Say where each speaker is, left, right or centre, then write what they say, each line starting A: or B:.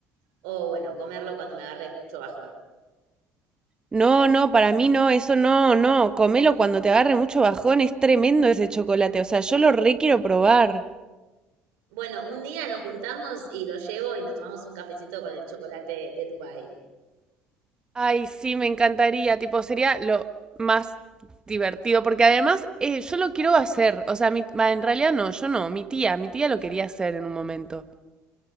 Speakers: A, on the right; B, on the right.
A: O bueno, comerlo cuando me agarre mucho bajón.
B: No, no, para mí no, eso no, no, comelo cuando te agarre mucho bajón, es tremendo ese chocolate, o sea, yo lo re quiero probar.
A: Bueno, un día nos juntamos y lo llevo y nos tomamos un cafecito con el chocolate de Dubai.
B: Ay, sí, me encantaría, tipo, sería lo más divertido, porque además eh, yo lo quiero hacer, o sea, mi, bah, en realidad no, yo no, mi tía, mi tía lo quería hacer en un momento.